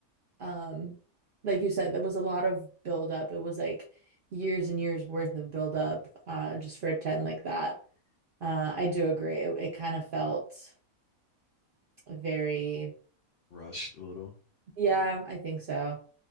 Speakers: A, on the right; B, on the left.
A: um like you said there was a lot of buildup. it was like years and years worth of buildup, uh just for a 10 like that uh I do agree it, it kind of felt very
B: rushed a little.
A: yeah I think so